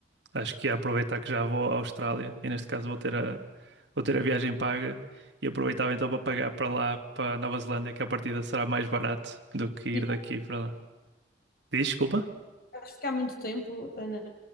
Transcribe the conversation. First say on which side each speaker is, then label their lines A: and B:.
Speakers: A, on the right; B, on the left.
A: acho que ia aproveitar que já vou à Austrália e neste caso vou ter a, vou ter a viagem paga e aproveitava então para pagar para lá, para Nova Zelândia, que a partida será mais barato do que ir
B: E
A: daqui para lá. Diz, Desculpa?
B: vais ficar muito tempo eh, na,